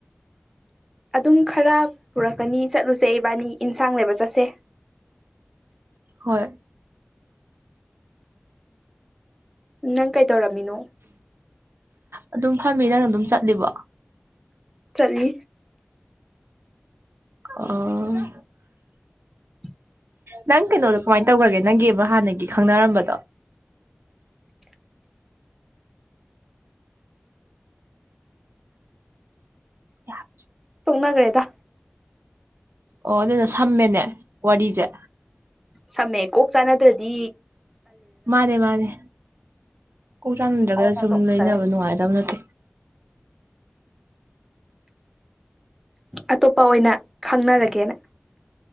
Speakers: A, in the centre; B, on the right.
A: ꯑꯗꯨꯝ ꯈꯔ ꯄꯨꯔꯛꯀꯅꯤ ꯆꯠꯂꯨꯁꯦ ꯏꯕꯥꯅꯤ ꯌꯦꯟꯁꯥꯡꯅꯦꯕ ꯆꯠꯁꯦ <inaudible>
B: ꯍꯣꯏ
A: ꯅꯪ ꯀꯩꯗꯧꯔꯝꯃꯤꯅꯣ
B: ꯑꯗꯨꯝ ꯐꯝꯃꯤ ꯅꯪ ꯑꯗꯨꯝ ꯆꯠꯂꯤꯕ
A: ꯆꯠꯂꯤ
B: ꯑꯣ
A: <inaudible>
B: ꯅꯪ ꯀꯩꯅꯣꯗꯣ ꯀꯃꯥꯏꯅ ꯇꯧꯈ꯭ꯔꯒꯦ ꯅꯪꯒꯤꯕ ꯍꯥꯟꯅꯒꯤ ꯈꯪꯅꯔꯝꯕꯗꯣ
A: <inaudible>
B: <inaudible>
A: ꯇꯣꯛꯅꯈ꯭ꯔꯦꯗ
B: ꯑꯣ ꯑꯗꯨꯅ ꯁꯝꯃꯦꯅꯦ ꯋꯥꯔꯤꯁꯦ
A: ꯁꯝꯃꯦ ꯀꯣꯛ ꯆꯥꯅꯗ꯭ꯔꯗꯤ
B: ꯃꯥꯅꯦ ꯃꯥꯅꯦ ꯀꯣꯛ ꯆꯥꯟꯅꯗ꯭ꯔꯒ
A: ꯑꯗꯨꯅ
B: ꯁꯨꯝ
A: ꯇꯣꯛꯈꯔꯦ
B: ꯂꯩꯅꯕ ꯅꯨꯡꯉꯥꯏꯇꯕ ꯅꯠꯇꯦ
A: ꯑꯇꯣꯞꯄ ꯑꯣꯏꯅ ꯈꯪꯅꯔꯒꯦꯅ